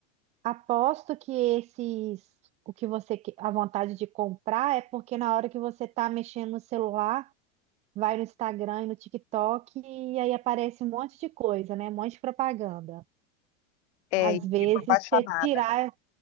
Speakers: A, on the right (about 20°); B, on the left (about 55°).
A: aposto que esses o que você que- a vontade de comprar é porque na hora que você tá mexendo no celular, vai no Instagram e no TikTok e aí aparece um monte de coisa, né? Um monte de propaganda.
B: É,
A: Às
B: e
A: vezes,
B: fico apaixonada.
A: você tirar